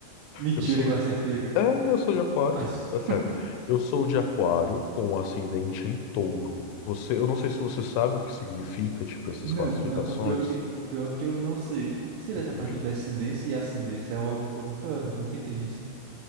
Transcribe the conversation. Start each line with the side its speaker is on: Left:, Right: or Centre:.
Right: Mentira
Left: eu sou,
Right: que eu acertei, cara.
Left: é, eu sou de aquário,
Right: <laughs>
Left: tá certo. Eu sou de aquário com ascendente em touro. Você, eu não sei se você sabe o que significa, tipo, essas
Right: Não,
Left: classificações.
Right: não, o pior que, o pior é que eu não sei. O que seria
Left: Entendi.
Right: essa parte de descendência e ascendência? É algo que eu nunca, nunca entendi, assim.